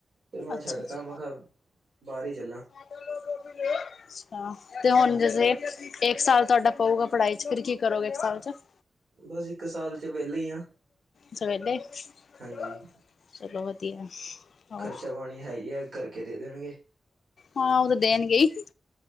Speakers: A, on the right (about 75°); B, on the left (about 75°).
A: ਫਿਰ ਮੈਂ
B: ਅੱਛਾ
A: ਛੱਡਤਾ
B: ਅੱਛਾ
A: ਮੈਂ ਕਿਹਾ ਬਾਹਰ ਹੀ ਚੱਲਾਂ
B: <unintelligible> ਅੱਛਾ ਤੇ ਹੁਣ
A: ਹਾਂਜੀ
B: ਜਸੇ ਇੱਕ ਸਾਲ ਤੁਹਾਡਾ ਪਊਗਾ ਪੜ੍ਹਾਈ ਚ ਫਿਰ ਕੀ ਕਰੋਗਾ ਇੱਕ ਸਾਲ ਚ <unintelligible>
A: ਬਸ ਇੱਕ ਸਾਲ ਚ ਵਿਹਲੇ ਹੀ ਆ
B: ਸਵੇਡੇ ਚਲੋ
A: ਹਾਂਜੀ।
B: ਵਧੀਆ। ਹੋਰ
A: ਖਰਚਾ ਪਾਣੀ ਹੈ ਹੀ ਐ ਕਰਕੇ ਦੇ ਦੇਣਗੇ।
B: ਹਾਂ ਉਹ ਤਾਂ ਦੇਣਗੇ ਹੀ